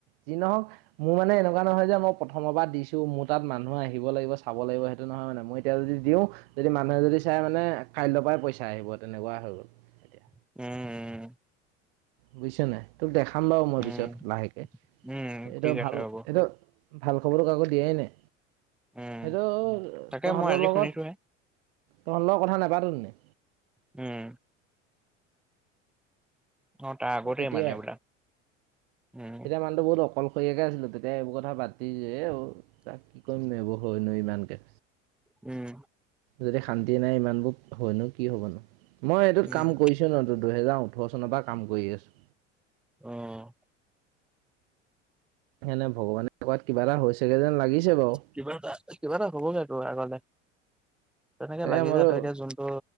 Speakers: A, on the right; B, in the centre.
A: যি নহওঁক। মোৰ মানে এনেকুৱা নহয় যে মই প্ৰথমৰ পৰা দিছোঁ মোৰ তাত মানুহ আহিব লাগিব চাব লাগিব সেইটো নহয় মানে মই তেতিয়া যদি দিও যদি মানুহে যদি চাই মানে কাইলৈ পৰাই পইচা আহিব তেনেকুৱা হৈ গ'ল। এতিয়া
B: উম উম উম
A: বুজিছা নাই তোক দেখাম বাৰু মই
B: উম, উম,
A: পিছত লাহেকে
B: উম,
A: এইটো
B: ঠিক
A: ভাল
B: আছে হ'ব
A: এইটো ভাল খবৰ কাকো দিয়াই নাই।
B: উম,
A: সেইটো
B: তাকে
A: তহঁতৰ
B: মই আজি
A: লগত
B: শুনিছোহে
A: তহঁতৰ লগ কথা নাপাতোনে।
B: উম। অ', তাৰ আগতেই
A: তেতিয়াই
B: মানে বোলা উম,
A: তেতিয়া মানুহটো বহুত অকল শৰিয়াকে আছিলো তেতিয়া এইবোৰ কথা পাতি যে অ', তাক কি কৰিম ন এইবোৰ হয়নো ইমানকে।
B: উম।
A: যদি শান্তি নাই ইমানবোৰ হয়নো কি হ'ব নো মই এইটোত
B: উম,
A: কাম কৰিছোঁ ন ত দুহেজাৰ ওঠৰ চনৰ পৰা কাম কৰি আছোঁ।
B: অ'।
A: এনে ভগৱানে কৰবাত কিবা এটা হৈছেগে যেন লাগিছেঁ বাৰু।
B: কিবা এটা কিবা এটা হবগে তোৰ আগলে তেনেকে
A: তাকে
B: লাগি
A: মই বোলো
B: যাত এতিয়া যোন ত